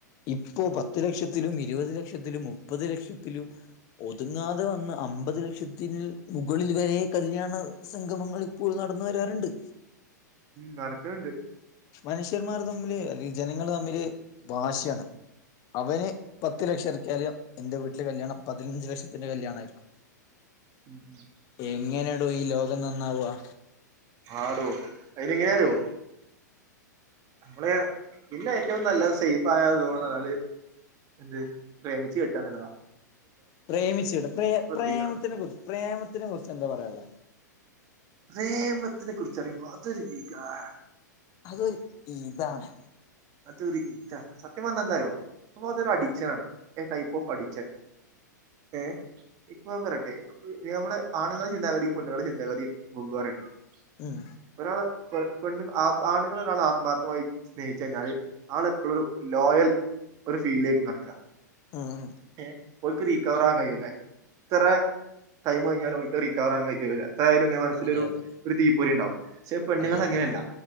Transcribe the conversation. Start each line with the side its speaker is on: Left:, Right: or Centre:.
Left: ഇപ്പോ, പത് ലക്ഷത്തിലും ഇരുപത് ലക്ഷത്തിലും മുപ്പത് ലക്ഷത്തിലും. ഒതുങ്ങാതെ വന്ന്, അമ്പത് ലക്ഷത്തിന് മുകളിൽ വരെ കല്യാണ സംഗമങ്ങൾ. ഇപ്പോൾ നടന്ന് വരാറുണ്ട്.
Right: നടക്കണ് ണ്ട്
Left: മനുഷ്യന്മാര് തമ്മില് അല്ലെങ്കിൽ ജനങ്ങള് തമ്മില് വാശിയാണ്. അവന് പത്ത് ലക്ഷം എറക്കിയാലും എൻ്റെ വീട്ടില് കല്യാണം പതിനഞ്ച് ലക്ഷത്തിന്റെറെ കല്യാണമായിരിക്കും.
Right: <inaudible>
Left: എങ്ങനെയാടോ ഈ ലോകം നന്നാവാ.
Right: ആടോ, അയിന് എങ്ങനെ അറിയോ? നമ്മള് പിന്നെ ഏറ്റവും നല്ല സേഫ ആയ സോൺന്ന് പറഞ്ഞല്. എന്ത്, പ്രേമിച്ച് കെട്ടാന്ന് ല്ലതോ?
Left: പ്രേമിച്ചുവിടേ, പ്രേ
Right: ശ്രദ്ധിക്കണം
Left: പ്രേമത്തിനെ കുറിച്ച് പ്രേമത്തിനെ കുറിച്ച് എന്താ പറയുള്ള.
Right: പ്രേമത്തിനെ കുറിച്ച് പറയുമ്പോൾ അതൊരു വികാര.
Left: അതൊരു ഈതാണ്.
Right: അതൊരു ഇതാണ് സത്യം പറഞ്ഞാൽ എന്താ അറിയോ? നമ്മൾ അതൊരു അഡിക്ഷൻ ആണ്. A type of addiction. ഏഹ, ഇപ്പൊ ഞൻ പറട്ടെ. നമ്മുടെ ആണുങ്ങൾടെ ചിന്താഗതിയും. പണ്ണുങ്ങളുടെ ചിന്താഗതിയും വെവ്വേറെ യാണ്.
Left: ഉം
Right: ഒരാൾ പെൺ പെണ് ആണുങ്ങൾ ഒരാൾ ആത്മാർത്ഥമായി. ച്ച കഴിഞ്ഞാല്. ആള എപ്പോയും ഒരു ലോയൽ ഒരു ഫീലിലേക്ക് നടക്കുക.
Left: ഉം ഉം
Right: ഏ ഓൽക്ക് റീക്കവർ ആവാൻ കഴിയില്ല. എത്ര ടൈം കഴിഞ്ഞാലും ഓൽക്ക് അത് റിക്കവർ ആകാൻ കഴിയില്ല. എതായാലും ഇങ്ങനെ മനസ്സിൽ
Left: അതെ
Right: ഒരു,
Left: അതെ
Right: ഒരു തീ പോരി ഉണ്ടാവും. പക്ഷെ പെണ്ണുൾ
Left: അതെ
Right: അങ്ങനെയല്ല.
Left: അതെ അതെ